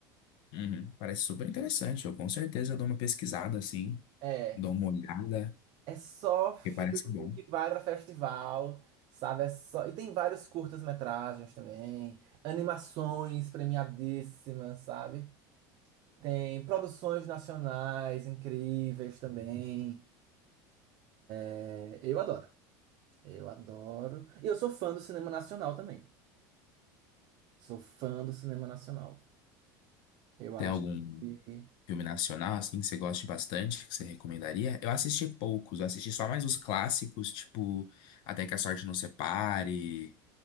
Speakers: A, on the left; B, on the right.
A: Uhum, Parece super interessante. Eu com certeza dou uma pesquisada assim.
B: É,
A: Dou uma olhada,
B: é só filme
A: que parece bom.
B: que vai para festival, sabe? É só, e tem vários curtas-metragens também, animações premiadíssimas, sabe? Tem produções nacionais incríveis também. É, eu adoro. Eu adoro. E eu sou fã do cinema nacional também. Sou fã do cinema nacional. Eu acho
A: Tem algum
B: que.
A: filme nacional, assim, que você goste bastante, que você recomendaria? Eu assisti poucos, eu assisti só mais os clássicos, tipo Até que a Sorte Nos Separe,